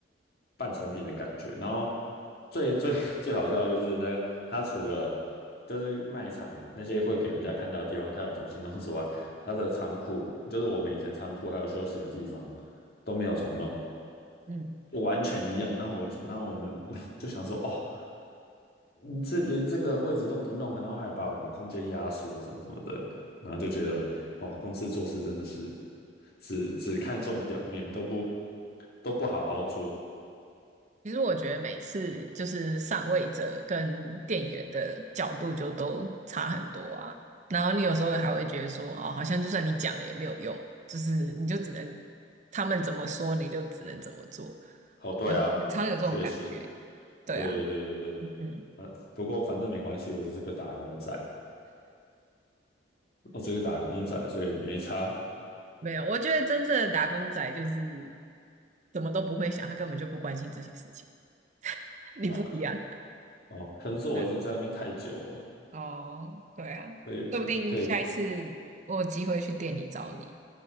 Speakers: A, on the left; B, on the right.
A: 半成品的感觉。然后最最 <laughs> 最好笑的就是那个他除了就是卖场那些会给人家看到的地方，他有重新弄之外，他的仓库就是我们以前仓库还有休息的地方都没有重弄，
B: 嗯，
A: 完全一样。然后我就，然后我们 <laughs> 就想说，哦，你这连这个位置都不弄，然后还把我们的空间压缩什么什么的，然后就觉得，哦，公司做事真的是只只看重表面，都不都不好好做。
B: 其实我觉得每次就是上位者跟店员的角度就都差很多啊。然后你有时候还会觉得说，哦，好像就算你讲了也没有用，就是你就只能他们怎么说你就只能怎么做，
A: 哦，对啊，
B: 有很常有这种感觉。
A: 确实，
B: 对啊，
A: 对对对对对，
B: 嗯嗯，
A: 呃，不过反正没关系，我只是个打工仔，我只是个打工仔，所以没差
B: 没有，我觉得真正的打工仔就是什么都不会想，他根本就不关心这些事情。<laughs> 你不一样，
A: 哦哦，可能是我已经在那边太久了，
B: 对。哦，对啊，
A: 所以可以
B: 说不定下一次我有机会去店里找你。